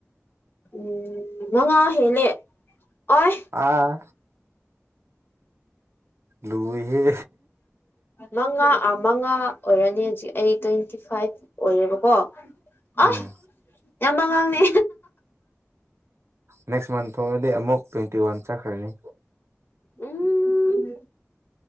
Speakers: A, on the left; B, on the right.
A: ꯎꯝ ꯎ ꯅꯉ ꯍꯦꯂꯦ ꯑꯣ
B: ꯑꯥ ꯂꯣꯏꯍꯦ
A: ꯃꯉꯥꯥ ꯃꯉꯥ ꯑꯣꯏꯔꯅꯤ ꯍꯧꯖꯤꯛ ꯑꯩ ꯇ꯭ꯋꯦꯟꯇꯤ ꯐꯥꯏꯚ ꯑꯣꯏꯌꯦꯕꯀꯣ ꯑ
B: ꯎꯝ
A: ꯌꯥꯝ ꯑꯉꯥꯡꯅꯦ
B: ꯅꯦꯛꯁ ꯃꯟꯊꯣꯛ ꯇ꯭ꯋꯦꯟꯇꯤ ꯋꯥꯟ ꯆꯈ꯭ꯔꯅꯤ
A: ꯎꯝ